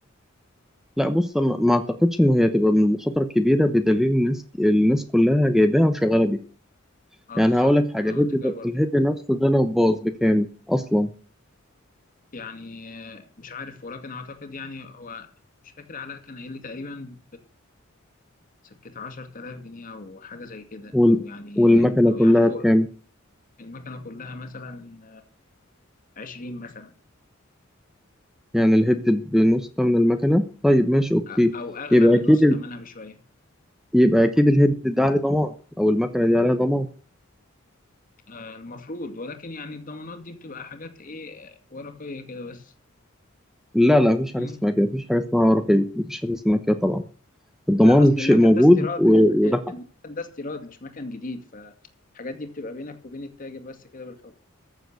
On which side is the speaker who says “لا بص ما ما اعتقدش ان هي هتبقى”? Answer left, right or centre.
Centre